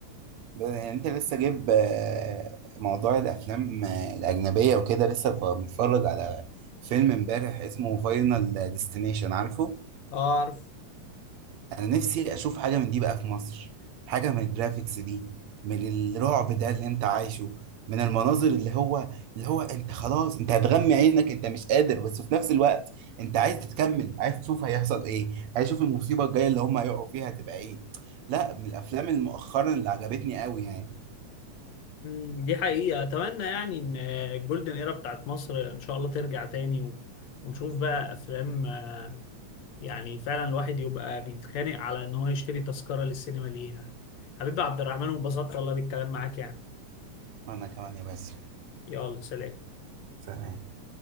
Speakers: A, on the right (about 65°); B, on the left (about 65°).
A: يعني انت لسه جايب آه، موضوع الافلام آه، الاجنبيه وكده لسه ف- متفرج على فيلم امبارح اسمه فاينل ديستنيشن عارفه
B: اه عارف
A: انا نفسي اشوف حاجه من دي بقى في مصر حاجه من الجرافيكس دي من الرعب ده اللي انت عايشه من المناظر اللي هو اللي هو انت خلاص انت هتغمي عينك انت مش قادر بس في نفس الوقت انت عايز تتكمل عايز تشوف هيحصل ايه عايز تشوف المصيبه الجايه اللي هم هيقعوا فيها هتبقى ايه لا من الافلام المؤخرا اللي عجبتني قوي يعني
B: مم، دي حقيقه اتمنى يعني ان الجولدن ايرا بتاعت مصر ان شاء الله ترجع تاني و... ونشوف بقى افلام آه، يعني فعلا الواحد يبقى بيتخانق على ان هو يشتري تذكره للسينما ليها حبيبي عبد الرحمن وانبسطت والله بالكلام معاك يعني
A: وانا كمان يا بس
B: يلا سلام
A: سلام